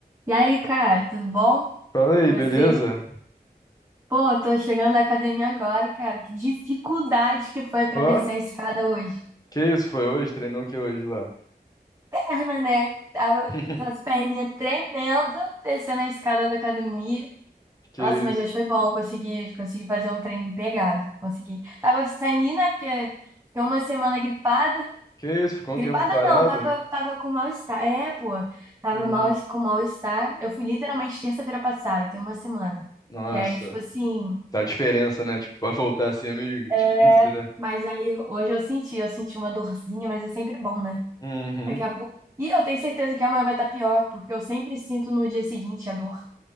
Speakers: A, on the right; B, on the left.
A: E aí, cara, tudo bom?
B: Fala aí,
A: Você?
B: beleza?
A: Pô, tô chegando da academia agora, cara. Que dificuldade que foi pra
B: Ó,
A: descer a escada hoje.
B: que isso foi hoje? Treinou o que hoje lá?
A: Perna, né? Tava
B: <laughs>
A: com as perninhas tremendo descendo a escada da academia.
B: Que
A: Nossa, mas
B: isso?
A: hoje foi bom. Consegui, consegui fazer um treino pegado. Consegui. Tava sem ir, né? Porque fiquei uma semana gripada.
B: Que isso? Ficou
A: Gripada
B: um tempo parado?
A: não, tava, tava com mal-estar. É, pô, tava
B: Hum,
A: mal, com mal-estar. Eu fui literalmente terça-feira passada, tem uma semana.
B: nossa,
A: E aí, tipo assim.
B: tá a diferença, né? Tipo, pra voltar assim é meio
A: É,
B: difícil, né?
A: mas aí hoje eu senti, eu senti uma dorzinha, mas é sempre bom, né?
B: Uhum.
A: Daqui a pouco. E eu tenho certeza que amanhã vai estar pior, porque eu sempre sinto no dia seguinte a dor.